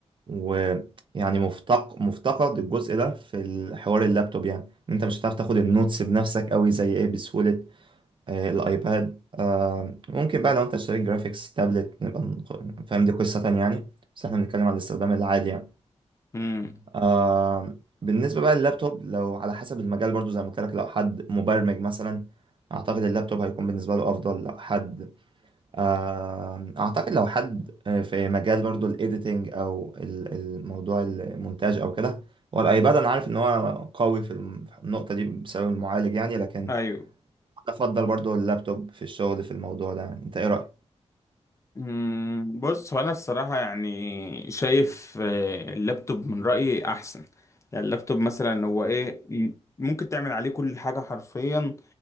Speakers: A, on the right; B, on the left.
A: ويعني مفتق... مفتقد الجزء ده في الحوار اللابتوب يعني إن انت مش هتعرف تاخد النوتس بنفسك قوي زي ايه بسهولة آه، الايباد آه، ممكن بقى لو انت اشتريت جرافيكس تابلت نبقى نق- فاهم دي قصة تانية يعني بس احنا بنتكلم على الاستخدام العادي يعني
B: مم.
A: آه بالنسبة بقى لللابتوب لو على حسب المجال برضو زي ما قلت لك لو حد مبرمج مثلا أعتقد اللابتوب هيكون بالنسبة له أفضل لو حد آه أعتقد لو حد آه، في مجال برضو الإيديتنج أو ال- الموضوع المونتاج أو كده هو الأيباد أنا عارف إن هو قوي في الم- في النقطة دي بسبب المعالج يعني لكن أنا
B: ايوه
A: أفضل برضو اللابتوب في الشغل في الموضوع ده يعني أنت إيه رأيك؟
B: مم، بص هو انا الصراحه يعني شايف آه، اللابتوب من رايي احسن يعني اللابتوب مثلا هو ايه ي- ممكن تعمل عليه كل حاجه حرفيا